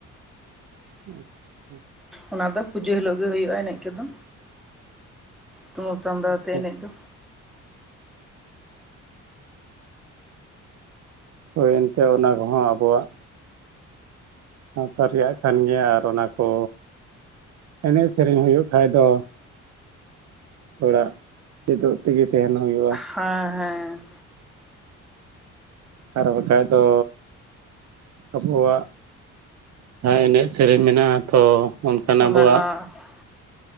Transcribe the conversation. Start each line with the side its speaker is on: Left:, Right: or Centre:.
Right: ᱟᱪᱪᱷᱟ ᱟᱪᱪᱷᱟ ᱾
Centre: ᱚᱱᱟ ᱫᱚ ᱯᱩᱡᱟᱹ ᱦᱤᱞᱳᱜ ᱜᱮ ᱦᱩᱭᱩᱜᱼᱟ ᱮᱱᱮᱡ ᱠᱚᱫᱚ ᱛᱩᱢᱫᱩᱫ ᱴᱟᱢᱫᱟ
Right: ᱟᱪᱪᱷᱟ
Centre: ᱟᱛᱮ ᱮᱱᱮᱡ ᱫᱚ᱾
Right: ᱦᱳᱭ ᱮᱱᱛᱮ ᱚᱱᱟ ᱠᱚᱦᱚᱸ ᱟᱵᱚᱣᱟᱜ ᱥᱟᱶᱛᱟ ᱨᱮᱭᱟᱜ ᱠᱟᱱ ᱜᱮᱭᱟ ᱟᱨ ᱚᱱᱟ ᱠᱚ ᱮᱱᱮᱡ ᱥᱮᱨᱮᱧ ᱦᱩᱭᱩᱜ ᱠᱷᱟᱭ ᱫᱚ ᱛᱷᱚᱲᱟ ᱪᱮᱫᱚᱜ ᱛᱮᱜᱮ ᱛᱟᱦᱮᱱ ᱱᱚ ᱦᱩᱭᱩᱜᱼᱟ᱾
Centre: ᱦᱮᱸ ᱦᱮᱸ
Right: ᱟᱨ ᱵᱟᱠᱷᱟᱡ ᱫᱚ ᱟᱵᱚᱣᱟᱜ ᱡᱟᱦᱟᱸ ᱮᱱᱮᱡ ᱥᱮᱨᱮᱧ ᱢᱮᱱᱟᱜᱼᱟ ᱛᱚ ᱚᱱᱠᱟᱱ ᱟᱵᱚᱣᱟᱜ
Centre: ᱚᱱᱟ ᱦᱚᱸ